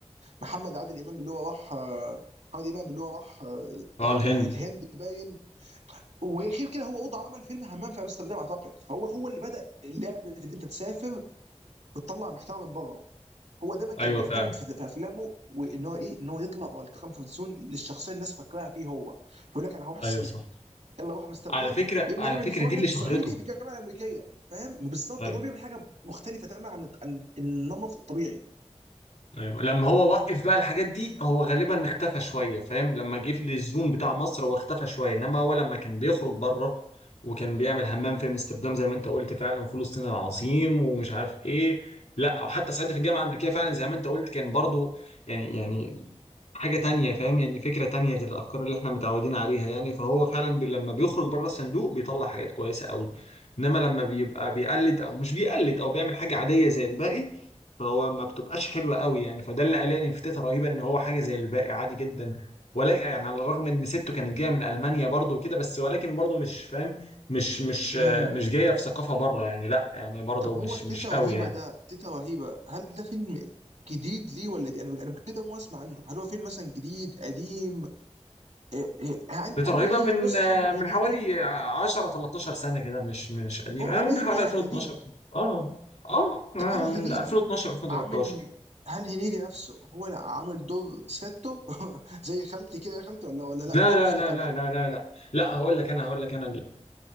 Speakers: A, on the right; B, on the left.
A: محمد عادل امام اللي هو راح آه، محمد امام اللي هو راح آه،
B: اه
A: راح
B: الهند
A: آه، الهند باين وغير كده هو برضه عمل فيلم همام في امستردام اعتقد فهو هو اللي بدأ لعبه ان انت تسافر وتطلع محتوى من بره هو دايما كان
B: ايوه
A: بيعتمد
B: فعلا
A: في في افلامه وان هو ايه ان هو يطلع بره الكومفورت زون للشخصيه اللي الناس فاكراها فيه هو فيقول لك انا هروح الصين
B: ايوه صح
A: يلا روح امستردام
B: على فكره
A: يا اما
B: على
A: يعمل
B: فكره
A: في واحد
B: دي اللي شهرته
A: صعيدي في الجامعه الامريكيه فاهم بالظبط
B: ايوه
A: ان هو بيعمل حاجه مختلفه تماما عن عن النمط الطبيعي
B: ايوه لما هو وقف بقى الحاجات دي هو غالبا اختفى شويه فاهم لما جه في الزون بتاع مصر هو اختفى شويه انما هو لما كان بيخرج بره وكان بيعمل حمام في امستردام زي ما انت قلت فعلا وفلسطين العظيم ومش عارف ايه لا وحتى صعيدي في الجامعه الامريكيه فعلا زي ما انت قلت كان برضو يعني يعني حاجه تانية فاهم يعني فكره تانية غير الافكار اللي احنا متعودين عليها يعني فهو فعلا بي لما بيخرج بره الصندوق بيطلع حاجات كويسه قوي انما لما بيبقى بيقلد او مش بيقلد او بيعمل حاجه عاديه زي الباقي فهو ما بتبقاش حلوه قوي يعني فده اللي قلقني في تيتا رهيبه ان هو حاجه زي الباقي عادي جدا ولكن يعني على الرغم ان سته كانت جايه من المانيا برضو وكده بس ولكن برضو مش فاهم مش مش آه،
A: امم
B: مش جايه في ثقافه بره يعني لا يعني برضو
A: طب هو
B: مش
A: تيتا
B: مش قوي
A: رهيبه
B: يعني
A: ده تيتا رهيبه هل ده فيلم جديد ليه ولا دي انا انا كده ما اسمع عنه هل هو فيلم مثلا جديد قديم إيه- إيه، أن-
B: تيتا
A: انهي
B: رهيبه من
A: نسخه
B: آه،
A: من
B: من
A: هنيدي
B: حوالي 10 13 سنه كده مش مش قديمه
A: هو قديم
B: آه، من حوالي
A: يعني
B: 2012
A: قديم
B: اه اه آه،
A: طب هل
B: من
A: هنيدي
B: 2012 2013
A: عامل هل هنيدي نفسه هو اللي عامل دور ستو <laughs> زي خالتي كده يا خالتي ولا ولا لا
B: لا
A: دي شخصية
B: لا لا
A: تانية
B: لا لا لا لا لا هقول لك انا هقول لك انا